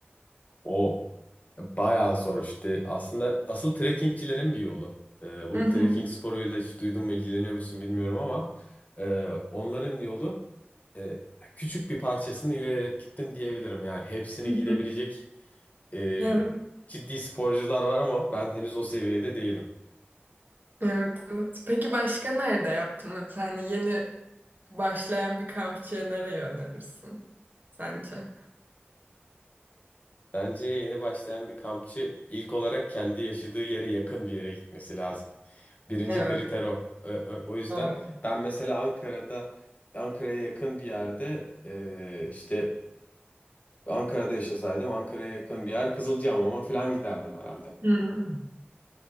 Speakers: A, on the left; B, on the right.
A: O e, bayağı zor işte. Aslında asıl trekkingçilerin bir yolu. E, bu
B: Hı hı.
A: trekking sporuyla hiç duydun mu ilgileniyor musun bilmiyorum ama e, onların yolu e, küçük bir parçasını yürüyerek gittim diyebilirim. Yani hepsini
B: Hı hı.
A: gidebilecek e,
B: Evet,
A: ciddi sporcular var ama ben henüz o seviyede değilim.
B: evet, evet. Peki başka nerede yaptın? Mesela hani yeni başlayan bir kampçıya nereye önerirsin sence?
A: Bence yeni başlayan bir kampçı ilk olarak kendi yaşadığı yere yakın bir yere gitmesi lazım. Birinci
B: Evet,
A: kriter o. Ö- ö- O yüzden
B: doğru.
A: ben mesela Ankara'da Ankara'ya yakın bir yerde e, işte Ankara'da yaşasaydım Ankara'ya yakın bir yer Kızılcahamam'a falan giderdim herhalde.
B: Hı.